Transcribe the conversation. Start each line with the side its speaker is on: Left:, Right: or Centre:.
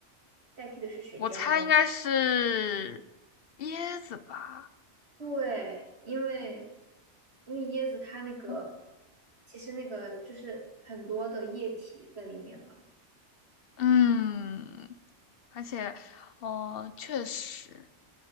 Right: 代替的是血浆哦。
Left: 我猜应该是椰子吧。
Right: 对，因为因为椰子它那个
Left: 嗯，
Right: 其实那个就是很多的液体在里面嘛。
Left: 嗯而且，哦、确实，